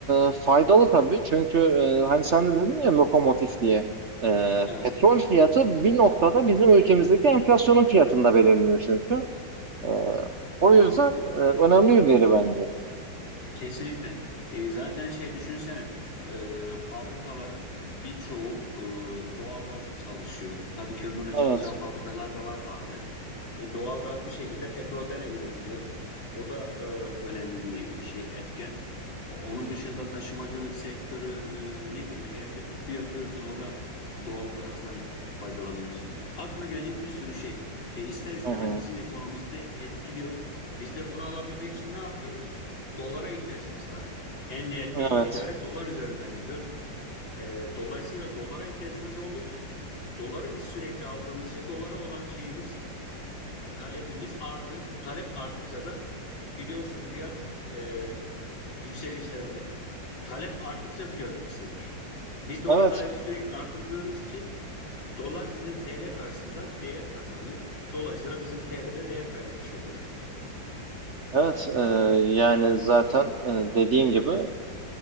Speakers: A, on the right; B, on the left.
A: e, faydalı tabii. Çünkü e, hani sen de dedin ya lokomotif diye. E,
B: Evet.
A: petrol fiyatı bir noktada bizim ülkemizdeki enflasyonun fiyatında belirliyor çünkü. E, o yüzden e, önemli bir veri bence.
B: Kesinlikle. E, zaten şey düşünsene e, fabrikalar birçoğu e, doğalgazla çalışıyor. Tabii kömürle çalışan
A: Evet.
B: fabrikalar da var halen. E, doğalgaz bir şekilde petrolden üretiliyor. O da e, önemli bir şey etken. O- Onun dışında taşımacılık sektörü e, ne bileyim evde tüpü yakıyorsun o da doğalgazdan faydalanıyorsun. Aklına gelecek bir sürü şey. E, ister istemez
A: Hı hı.
B: bizim ekonomimizi de etkiliyor. Biz de bunu alabilmek için ne yapıyoruz? dolara ihtiyacımız var. En nihayetinde
A: Evet.
B: bu ticaret dolar üzerinden yürüyor. E, dolayısıyla dolara ihtiyacımız olduğu için doları biz sürekli aldığımız için dolara olan şeyimiz, talebimiz artıyor. Bu talep arttıkça da biliyorsun fiyat e, yükselişlerinde talep arttıkça fiyat yükselir. Biz de o
A: Evet.
B: talebi sürekli arttırdığımız için dolar bizim TL karşısında değer kazanıyor. Dolayısıyla bizim TL'de değer kaybetmiş oluyor.
A: Evet. E, yani zaten e, dediğin gibi